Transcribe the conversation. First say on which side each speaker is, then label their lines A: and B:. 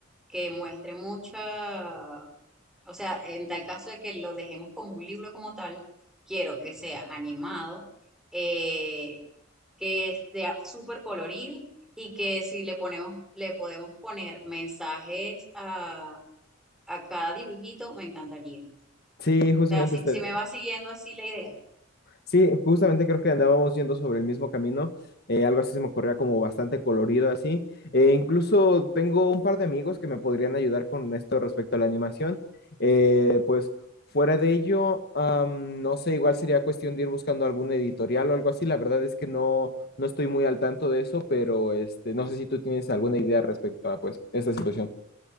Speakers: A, in the centre; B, on the left.
A: que muestre mucha, O sea, en tal caso de que lo dejemos como un libro como tal, quiero que sea animado, eh, que sea súper colorido y que si le ponemos, le podemos poner mensajes a, a cada dibujito, me encantaría. O
B: Sí, justamente
A: sea, si,
B: este-
A: si me va siguiendo así la idea.
B: Sí, justamente creo que andábamos yendo sobre el mismo camino, eh, algo así se me ocurría como bastante colorido así. Eh, incluso tengo un par de amigos que me podrían ayudar con esto respecto a la animación. Eh, pues fuera de ello, am, no sé, igual sería cuestión de ir buscando algún editorial o algo así. La verdad es que no, no estoy muy al tanto de eso, pero este, no sé si tú tienes alguna idea respecto a pues esta situación.